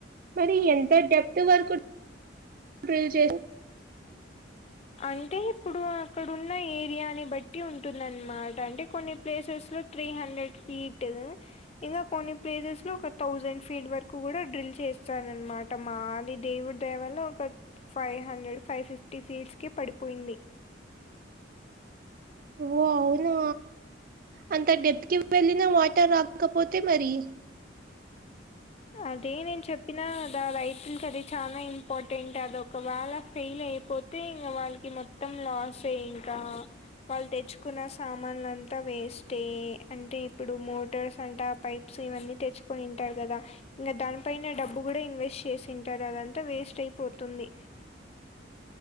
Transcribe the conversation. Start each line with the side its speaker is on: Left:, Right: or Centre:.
Right: మరి ఎంత డెప్త్ వరకు ప్రీల్ చేదు
Left: అంటే ఇప్పుడు అక్కడున్న ఏరియాని బట్టి ఉంటుందన్మాట అంటే కొన్ని ప్లేసెస్ లో త్రీ హండ్రెడ్ ఫీటూ ఇగ కొన్ని ప్లేసెస్ లో ఒక తౌసేడ్ ఫీట్ వర్కు కూడా డ్రిల్ చేస్తారు అన్మాట టామ అది దేవుడి దయైవల్ల ఒక ఫైవ్ హండ్రెడ్ ఫై ఫిఫ్టీ ఫీట్స్ కి పడిపోయింది
Right: ఓ అవునా అంత డెప్త్ కి వెళ్ళిన వాటర్ రాకపోతే మరి
Left: అదే నేను చెప్పినా గదా రైతుల్కి అది చానా ఇంపార్టెంట్ అది ఒకవ్యల ఫెయిల్ అయిపో తే ఇంగా వాల్కి మొత్తం లాసే ఇంకా వాళ్ళు తెచ్చుకున్న సామాన్లు అంతా వేస్టే ఎ అంటే ఇప్పుడు మోటార్స్ అంట ఆ పైప్ సో ఇవన్నీ తెచ్చుకొని ఉంటారు గదా ఇంకా దానిపైన డబ్బు కూడా ఇన్వెస్ట్ చేసింటారు అదంతా వేస్ట్ అయిపోతుంది